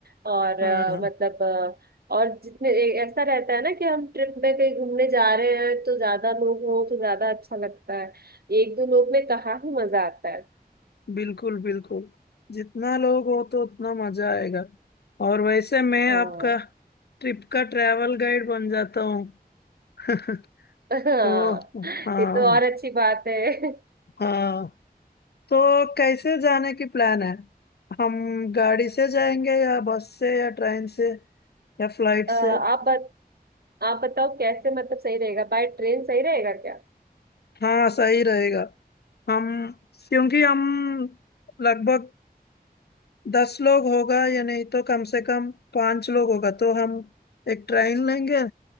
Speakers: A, on the right; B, on the left.
A: और
B: हाँ
A: अ, मतलब अ, और जितने ए- ऐसा रहता है ना कि हम ट्रिप में कहीं घूमने जा रहे हैं तो ज्यादा लोग हो तो ज्यादा अच्छा लगता है एक दो लोग में कहाँ ही मजा आता है
B: बिल्कुल बिल्कुल जितना लोग हो तो उतना मजा आएगा और वैसे मैं
A: हाँ
B: आपका ट्रिप का ट्रैवल गाइड बन जाता हूँ <laughs>
A: <laughs> हाँ
B: तो हाँ
A: ये तो और अच्छी बात है <laughs>
B: हाँ तो कैसे जाने की प्लान है हम गाड़ी से जाएंगे या बस से या ट्रेन से या फ्लाइट
A: अ,
B: से
A: आप बत, आप बताओ कैसे मतलब सही रहेगा बाय ट्रेन सही रहेगा क्या
B: हाँ सही रहेगा हम क्योंकि हम लगभग दस लोग होगा या नहीं तो कम से कम पांच लोग होगा तो हम एक ट्रेन लेंगे